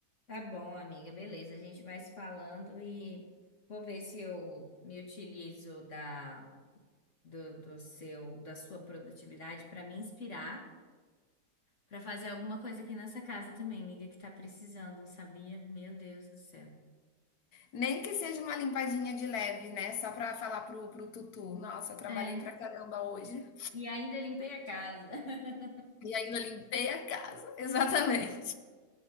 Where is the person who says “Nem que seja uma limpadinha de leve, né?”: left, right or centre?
Left